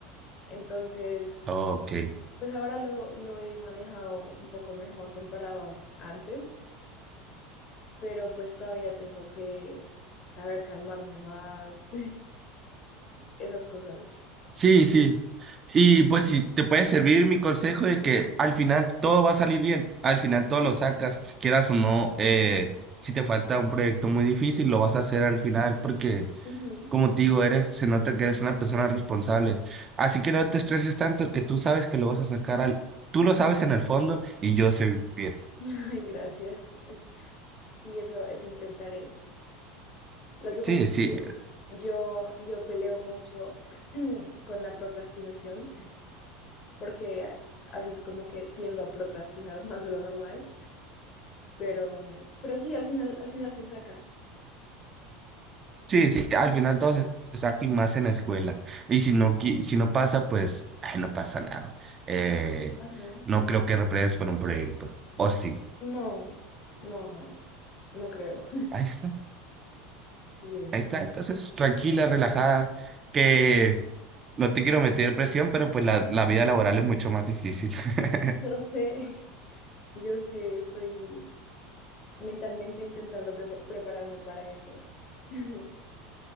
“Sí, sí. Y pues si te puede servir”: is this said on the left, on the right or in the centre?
Right